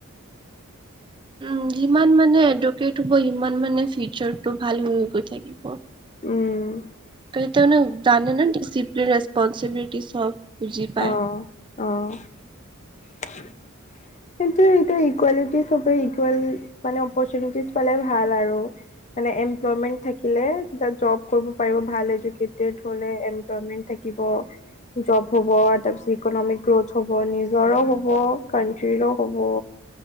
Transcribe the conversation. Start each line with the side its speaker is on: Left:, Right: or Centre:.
Right: উ যিমান মানে এডুকেট হব সিমান মানে ফিউচাৰটো ভাল হৈ গৈ থাকিব।
Left: উম
Right: তই তানো জানে না ডিচিপ্লিন ৰিছপনবিলিটি চব বুজি পায়।
Left: অ অ <inaudible> কিন্তু এইটো ইকুৱেলিটি সবে ইকুৱেল মানে অপৰচুনিটিছ পালে ভাল আৰু মানে এমপ্লয়মেন্ থাকিলে দে জব কৰিব পাৰিব ভাল। এডুকেটেট হ'লে এমল্পমেন্ট থাকিব জব হব তাৰপিছত ইকনমিক গ্ৰোথ হ'ব নিজৰো হ'ব কানট্ৰীৰো হ'ব।